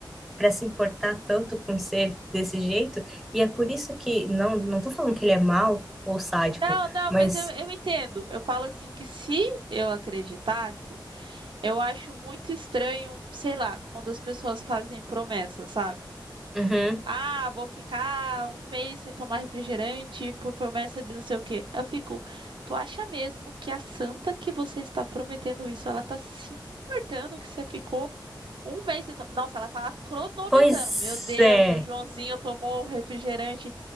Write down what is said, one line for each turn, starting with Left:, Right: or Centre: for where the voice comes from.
Centre: para se importar tanto com ser desse jeito. E é por isso que não não tô falando que ele é mau ou sádico,
Right: Não, não,
Centre: mas
Right: mas eu, eu entendo. Eu falo assim que se eu acreditasse, eu acho muito estranho, sei lá, quando as pessoas fazem promessas, sabe?
Centre: Uhum.
Right: Ah, vou ficar um mês sem tomar refrigerante por promessa de não sei o quê. Eu fico, tu acha mesmo que a santa que você está prometendo isso, ela tá se importando que você ficou um mês sem tomar? Nossa, ela tá lá cronometrando.
Centre: Pois
Right: Meu Deus,
Centre: é,
Right: o Joãozinho tomou o refrigerante.